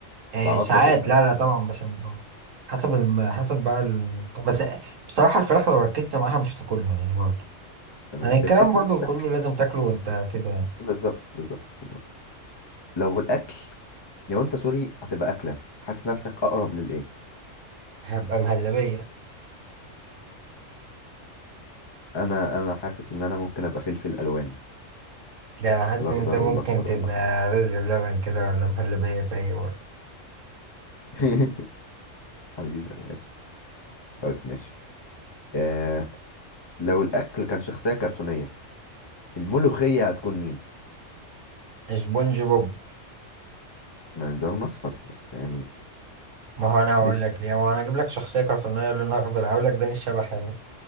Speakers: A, on the right; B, on the left.
A: إيه
B: تعرفش
A: ساعات
B: الحته
A: لا لا طبعا بشم آه. حسب الم... حسب بقى ال... طب بس بصراحة الفراخ لو ركزت معاها مش هتاكلها يعني برضه
B: تمام
A: يعني الكلام
B: بتحس
A: برضه
B: نفسك
A: كله لازم تاكله وأنت كده يعني
B: <laughs> بالظبط بالظبط بالظبط لو الاكل لو انت سوري هتبقى اكله تحس نفسك اقرب للايه
A: هبقى مهلبية
B: انا انا حاسس ان انا ممكن ابقى فلفل الوان
A: ده أنا حاسس
B: الأخضر
A: إن أنت ممكن
B: والأصفر
A: تبقى
B: والأحمر
A: رز بلبن كده ولا مهلبية زي برضه
B: <laughs> حبيبي يا باشا طيب ماشي آه لو الأكل كان شخصية كرتونية الملوخية هتكون مين؟
A: اسبونج بوب
B: ما ده لون أصفر بس يعني
A: ما هو انا هقول
B: ماشي
A: لك ليه ما هو انا اجيب لك شخصيه كرتونيه لونها اخضر هقول لك داني الشبح يعني